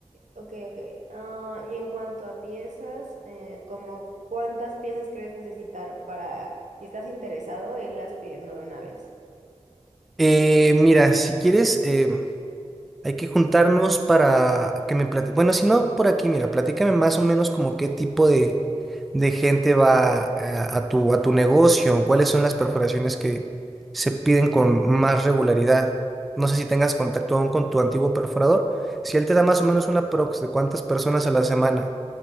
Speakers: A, on the right (about 85°); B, in the centre.
A: ok, ok. Ah, y en cuanto a piezas, eh, como cuántas piezas crees necesitar para, si estás interesado, irlas pidiendo de una vez.
B: Eh, mira, si quieres, eh, Hay que juntarnos para que me platique. Bueno, si no, por aquí, mira, platícame más o menos como qué tipo de, de gente va eh, a tu, a tu negocio, cuáles son las perforaciones que se piden con más regularidad. No sé si tengas contacto aún con tu antiguo perforador. Si él te da más o menos una prox de cuántas personas a la semana